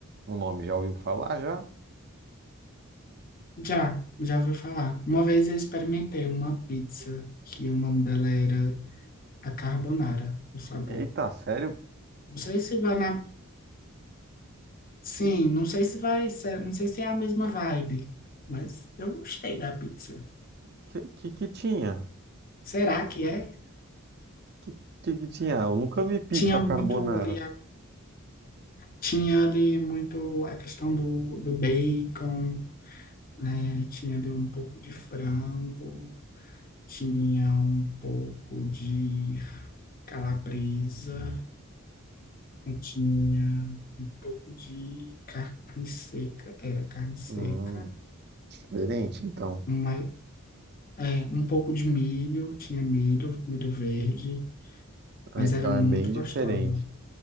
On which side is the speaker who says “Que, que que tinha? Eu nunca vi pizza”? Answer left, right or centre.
Right